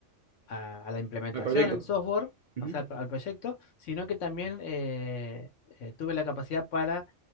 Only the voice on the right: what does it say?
El proyecto.
Ujú.